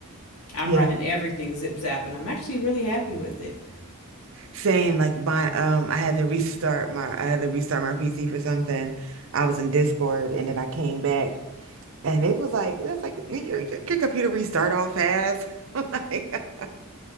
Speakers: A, on the left; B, on the right.
A: I'm
B: Yeah.
A: running everything zip zap, and I'm actually really happy with it.
B: Same. Like my um I had to restart my I had to restart my PC for something. I was in Discord and then I came back And it was like, that's like your, your your computer restart all fast. <laughs> i Like,